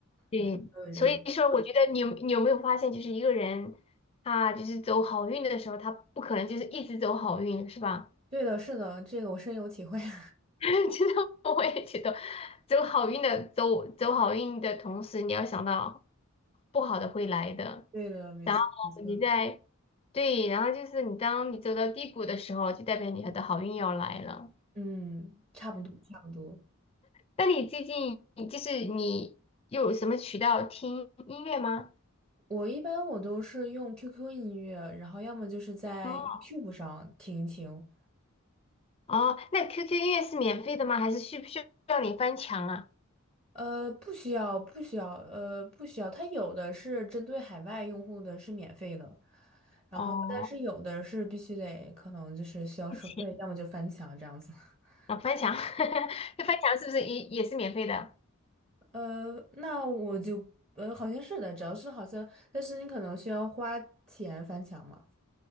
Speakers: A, on the left; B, on the right.
A: 对，
B: <laughs> 都有这个，
A: 所以说我觉得你有你有没有发现，就是一个人他就是走好运的时候，他不可能就是一直走好运，是吧？
B: 对的，是的，这个我深有体会。<laughs>
A: <laughs> 其实我也觉得，走好运的走走好运的同时，你要想到不好的会来的。
B: 对的，没错，
A: 然后你在，
B: 没错的，
A: 对，然后就是你当你走到低谷的时候，就代表你的好运要来了。
B: 嗯，差不多，差不多。
A: 那你最近就是你有什么渠道听音乐吗？
B: 我一般我都是用 QQ 音乐，然后要么就是在
A: 哦
B: YouTube 上听一听，
A: 哦，那 QQ 音乐是免费的吗？还是需不需要你翻墙啊？
B: 呃，不需要，不需要，呃，不需要。它有的是针对海外用户的，是免费的，然后但是有的是必须得，
A: 哦，
B: 可能就是需要收费，
A: 付钱
B: 要么就翻墙这样子。<laughs>
A: 啊，翻墙，<laughs> 那翻墙是不是也也是免费的？
B: 呃，那我就，呃，好像是的，只要是好像，但是你可能需要花钱翻墙嘛。